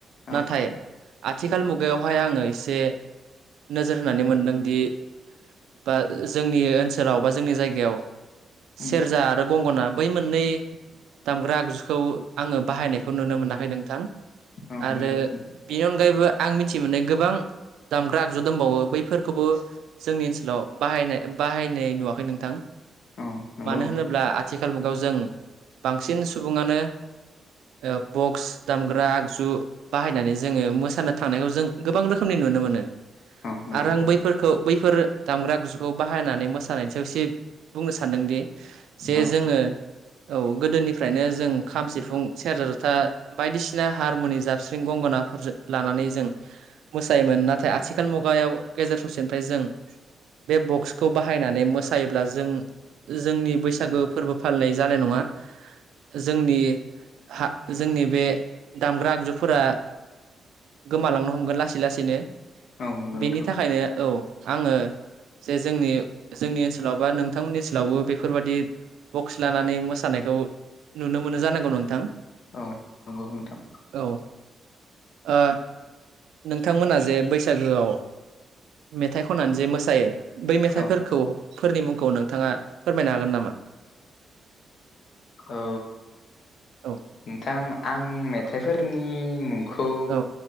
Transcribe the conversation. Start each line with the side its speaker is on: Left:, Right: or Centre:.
Left: अ
Right: नाथाय आथिखाल मुगायावहाय आङो एसे नोजोर होनानै मोनदों दि बा जोंनि ओनसोलाव बा जोंनि जायगायाव
Left: उम
Right: सेरजा आरो गंगना बै मोननै दामग्रा आगजुखौ आङो बाहायनायखौ नुनो मोनाखै नोंथां
Left: अ
Right: आरो
Left: नंगौ नोंथां
Right: बेनि अनगायैबो आं मिथि मोननाय गोबां दामग्रा आगजु दोंबावो बैफोरखौबो जोंनि ओनसोलाव बाहायनाय बाहायनाय नुवाखै नोंथां
Left: अ नंगौ
Right: मानो
Left: नोंथां
Right: होनोब्ला आथिखाल मुगायाव जों बांसिन सुबुङानो ओ बक्स दामग्रा आगजु बाहायनानै जोङो मोसानो थांनायखौ जों गोबां रोखोमनि नुनो मोनो
Left: औ नंगौ
Right: आरो आं
Left: नोंथां
Right: बैफोरखौ बैफोर दामग्रा आगजुखौ बाहायनानै मोसानायनि सायाव एसे बुंनो सान सानदोंदि जे
Left: औ
Right: जोङो औ गोदोनिफ्रायनो जों खाम सिफुं सेरजा जथा बायदिसिना हारमुनि जाबस्रिं गंगोना फोरजों लानानै जों मोसायोमोन नाथाय आथिखाल मुगायाव गेजेर ससेनिफ्राय जों बे बक्सखौ बाहायनानै मोसायोब्ला जों जोंनि बैसागो फोरबो फालिनाय जानाय नङा जोंनि हा जोंनि बे दामग्रा आगजुफोरा गोमालांनो हमगोन लासै लासैनो
Left: औ नंगौ
Right: बेनि
Left: नोंथां
Right: थाखायनो औ आङो जे जोंनि जोंनि ओनसोलाव बा नोंथांमोननि ओनसोलावबो बेफोरबाददि बक्स लानानै मोसानाय खौ नुनो मोनो जानांगौ नोंथां
Left: औ नंगौ नोंथां
Right: औ ओ नोंथांमोना जे बैसागोआव मेथाइ खननानै जे मोसायो बै मेथाइफोरखौ
Left: औ
Right: फोरनि मुंखौ नोंथाङा फोरमायनो हागोन नामा
Left: औ
Right: औ
Left: नोंथां आं मेथाइफोरनि मुं खौ
Right: औ